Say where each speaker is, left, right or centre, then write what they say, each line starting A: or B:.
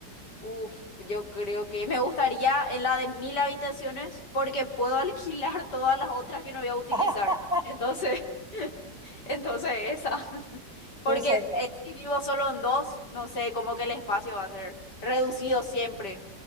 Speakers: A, on the left; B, in the centre.
A: Uf, yo creo que me gustaría en la de mil habitaciones porque puedo <laughs> alquilar todas las otras que no voy a utilizar.
B: <laughs>
A: Entonces, <laughs> entonces esa. Porque
B: Esa está,
A: eh, si vivo solo en dos, no sé, como que el espacio va a ser reducido siempre.